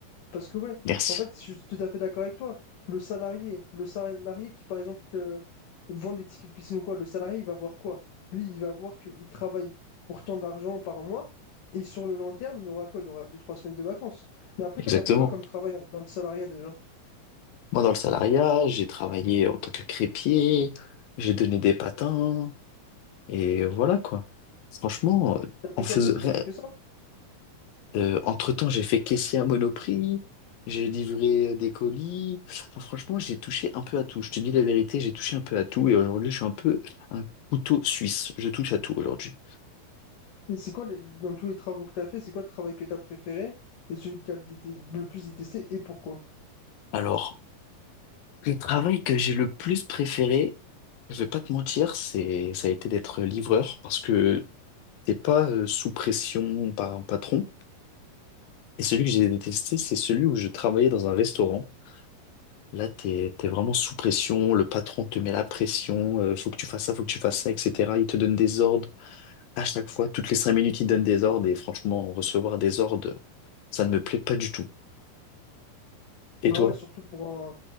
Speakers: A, on the left; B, on the left.
A: Parce que ouais,
B: Merci.
A: en fait, je suis tout à fait d'accord avec toi. Le salarié, le salarié qui, par exemple, euh, vend des tickets de piscine ou quoi, le salarié, il va voir quoi? Lui, il va voir qu'il travaille pour tant d'argent par mois, et sur le long terme, il aura quoi? Il aura deux, trois semaines de vacances. Mais après,
B: Exactement.
A: toi, t'as fait quoi comme travail en- dans le salariat déjà?
B: Moi, dans le salariat, j'ai travaillé en tant que crépier, j'ai donné des patins, et voilà quoi. Franchement,
A: T'as fait
B: on
A: quoi
B: faisait...
A: d'autre? T'as fait que ça?
B: Euh, entre-temps, j'ai fait caissier à Monoprix, j'ai livré des colis. Enfin, franchement, j'ai touché un peu à tout. Je te dis la vérité, j'ai touché un peu à tout et aujourd'hui, je suis un peu un couteau suisse. Je touche à tout aujourd'hui.
A: Et c'est quoi, le- dans tous les travaux que t'as fait, c'est quoi le travail que t'as préféré et celui que t'as le, détest- le plus détesté et pourquoi?
B: Alors, le travail que j'ai le plus préféré, je vais pas te mentir, c'est ça a été d'être livreur parce que t'es pas euh, sous pression par un patron. Et celui que j'ai détesté, c'est celui où je travaillais dans un restaurant. Là, t'es, t'es vraiment sous pression, le patron te met la pression, euh, faut que tu fasses ça, faut que tu fasses ça, etc. Il te donne des ordres à chaque fois, toutes les cinq minutes, il te donne des ordres et franchement, recevoir des ordres, ça ne me plaît pas du tout. Et
A: Bah
B: toi?
A: ouais, surtout pour un